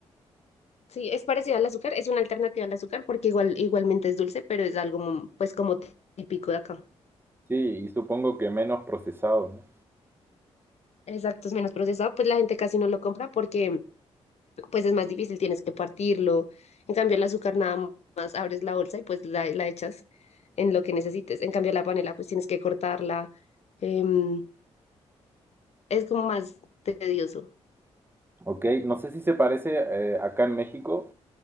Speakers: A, on the left (about 60°); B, on the right (about 20°).
A: Sí, es parecido al azúcar, es una alternativa al azúcar porque igual, igualmente es dulce, pero es algo mm, pues como típico de acá.
B: Sí, y supongo que menos procesado, ¿no?
A: Exacto, es menos procesado, pues la gente casi no lo compra porque pues es más difícil, tienes que partirlo. En cambio, el azúcar nada más abres la bolsa y pues la, la echas en lo que necesites. En cambio, la panela pues tienes que cortarla. em, es como más tedioso.
B: Ok, no sé si se parece, eh, acá en México,